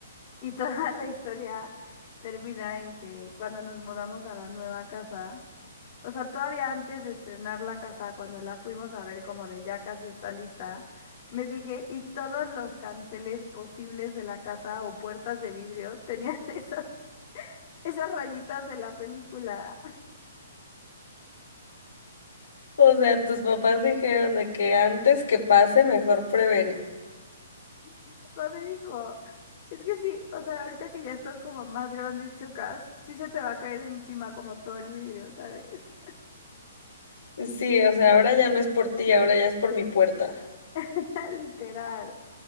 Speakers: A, on the left; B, on the left.
A: Y toda la historia termina en que cuando nos mudamos a la nueva casa, o sea, todavía antes de estrenar la casa, cuando la fuimos a ver como de ya casi está lista, me fijé y todos los canceles posibles de la casa o puertas de vidrio tenían <laughs> esas, esas rayitas de la película. <laughs>
B: O sea, tus papás dijeron de que antes que pase, mejor prevenir.
A: O papá me dijo, es que sí, o sea, ahorita que ya estás como más grande, chocas, sí se te va a caer encima como todo el vidrio, ¿sabes?
B: Sí, o sea, ahora ya no es por ti, ahora ya es por mi puerta.
A: <laughs> Literal.